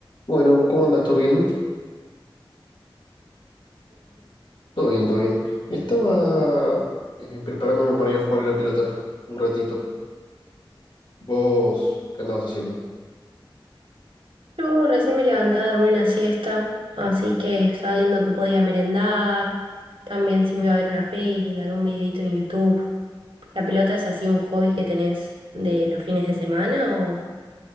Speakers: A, on the left (about 65°); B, on the right (about 75°).
A: Bueno, ¿cómo andas? ¿Todo bien? Todo bien, todo bien. Estaba eh, preparándome para ir a jugar a la pelota un ratito. ¿Vos qué andabas haciendo?
B: Yo recién me levantaba a dormir una siesta, así que estaba viendo que podía merendar, también si me iba a ver una peli, algún videito en YouTube. ¿La pelota es así un hobby que tenés de los fines de semana o,